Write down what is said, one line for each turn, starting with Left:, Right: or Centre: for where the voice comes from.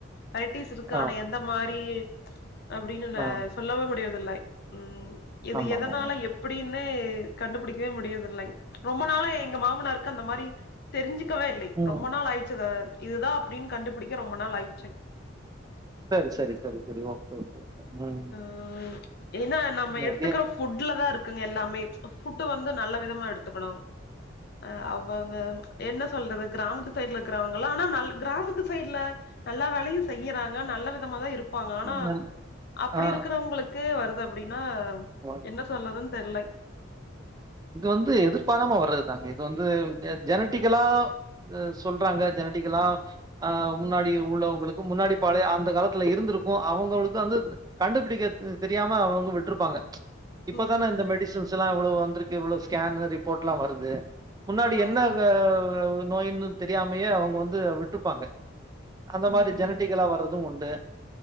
Left: வெரைட்டிஸ் இருக்கு
Right: ஆ
Left: ஆனா எந்த மாரி அப்டின்னு நா
Right: ஆ
Left: சொல்லவு முடியறதில்ல ம் இது
Right: ஆமா
Left: எதனால
Right: ஆமா ஆமா ஆமா.
Left: எப் ப்டின்னு கண்டு புடிக்கவே முடியிறதில்லைங் ரொம்ப நாளா எங்க மாமனாருக்கு அந்த மாரி தெரிஞ்சு க்கவே இல்லைங்
Right: ம்.
Left: ரொம்ப நாள் ஆயிடுச்சு சார் இதுதா அப்டின் கண்டுபுடிக்க ரொம்ப நாள் ஆயிடுச்சுங்
Right: செரி செரி செரி செரி ஓகே ஓகே ஒகே ம்
Left: ம் ஏனா நம்ம
Right: நெறைய
Left: எடுத்துக்கிற ஃபுட்ல தா இருக்குங்க எல்லாமே ஃபுட் வந்து நல்ல விதமா எடுத்துக்கனு அ அவங்க என்ன சொல்றது கிராமத்து சைட்ல க்கறவங்கல்லா ஆனா நல் கிராமத்து சைட்ல நல்லா வேலையு செய்றாங்க நல்ல விதமா தா இருப்பாங்க ஆனா
Right: நல்
Left: அப்டி
Right: ஆ,
Left: இருக்குறவங்களுக்கு வருது அப்டினா
Right: வா
Left: என்ன சொல்றதுன் தெர்லை
Right: இது வந்து எதிர்பாரமா வர்றது தாங்க இது வந்து ஜெ ஜெனட்டிகலா இத சொல்றாங்க ஜெனடிகல்லா அ முன்னாடி உள்ளவங்களுக்கு முன்னாடி பழைய அந்த காலத்துல இருந்திருக்கு அவுங்களுக்கு வந்து கண்டுபுடிக்க ம் தெரியாம அவுங்க விட்டுருப்பாங்க இப்பதான
Left: ம்
Right: இந்த மெடிசின்ஸ் எல்லா இவ்ளோ வந்திருக்கு இவ்ளோ ஸ்கேன்னு ரிப்போட்லா வருது முன்னாடி
Left: ஆமாங்க
Right: என்ன
Left: சார்
Right: அ நோயின்னு தெரியாமையே அவுங்க வந்து விட்டுற்பாங்க அந்த
Left: ம்
Right: மாரி ஜெனட்டிகலா வர்றது உண்டு